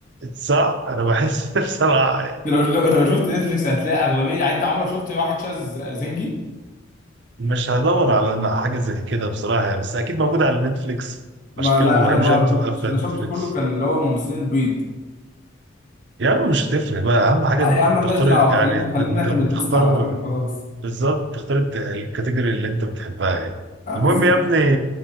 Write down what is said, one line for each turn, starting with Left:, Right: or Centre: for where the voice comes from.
Right: صح انا بحس <laughs> بصراحه يعني
Left: <laughs> لو لو شفت نتفليكس هتلاقي أغلبية يعني أنت عمرك شفت واحد شاذ زنجي؟
Right: مش هدور على حاجه زي كده بصراحه يعني بس اكيد موجوده على نتفليكس
Left: ما
Right: عشان كده
Left: لا
Right: ما
Left: أنا
Right: بحبش
Left: بقى
Right: أفت-
Left: ما شفتش
Right: افتح
Left: أنا
Right: نتفليكس
Left: شفته كله كان اللي هو ممثلين البيض
Right: يا عم مش هتفرق بقى اهم حاجه
Left: لا
Right: إن
Left: يا
Right: انت
Left: عم
Right: بتختار
Left: مالناش دعوة
Right: يعني
Left: خلينا
Right: بت-
Left: خلينا
Right: بت-
Left: إحنا
Right: بتختار
Left: بنتبسط على الأفلام وخلاص
Right: بالظبط تختار الت- الكاتيجوري اللي انت بتحبها يعني
Left: أه
Right: المهم
Left: بالظبط
Right: يا ابني